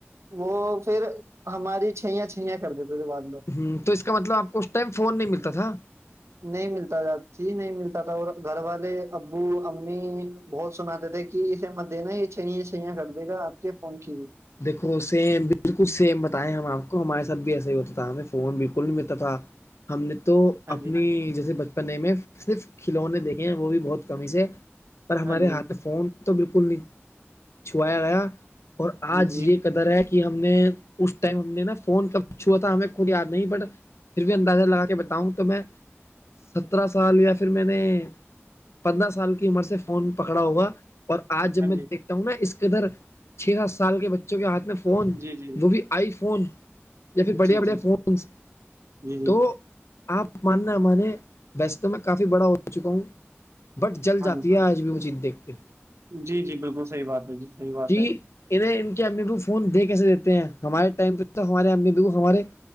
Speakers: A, on the right; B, on the left.
A: وہ پھر ہماری چھیاں چھئیاں کر دیتے تھ بع
B: ہوں تو اس کا مطلب آپ کو اس ٹائم فون نہیں ملتا تھا
A: نہیں ملتا تھا جی نہیں ملتا تھا اور گھر والے ابو امی بہت سناتے تھے کہ اسے مت دینا یہ چھ چھیا کر دے گا آپ کے فن کھی
B: دیکھو سیم بالکل سیم بتائیں ہم آپ کو ہمارے ساتھ بھی ایسا ہی ہوتا تھا ہمیں فون بالکل نہیں ملتا تھا ہم نے تو
A: ہاں
B: اپنی
A: جی
B: جیسے بچپنے میں صرف کھلونے دیکھے ہیں وہ بھی بہت کم ہی سے پر ہمارے
A: ہاں جی
B: ہاتھ میں فون تو بالکل نہیں چھویا گیا اور آج
A: جی جی
B: یہ قدر ہے کہ ہم نے اس ٹائم ہم نے نا فون ک چھا تھا ہمیں خود یاد نہیں بٹ پھر بھی اندازہ لگا کے بتاؤں تو میں سترہ سال یا پھر میں نے پندرہ سال کی عمر سے فون پکڑا ہوگا اور آج
A: ہاں
B: جب میں
A: جی
B: دیکھتا ہوں نا اس کےدھر چھ سات سال کے بچوں کے ہاتھ میں فون
A: جی جی
B: وہ بھی آئی فون یا پھر بڑھیا
A: جی جی
B: بڑھیا فونس
A: جی جی
B: تو آپ آپ ماننا ہے ہمے ویسے تو میں کافی بڑا ہو چکا ہوں بٹ جل
A: ہاں
B: جاتی
A: جی
B: ہے آج بھی وہ چیز دیکھ کے
A: جی جی بالکل صحی بات ہے جی صحی بات
B: کہ
A: ہے
B: انہیں ان کے امی ببو فون دے کیس دیتے ہیں ہمارے ٹائم پہ ہمارے امی ببو ہمارے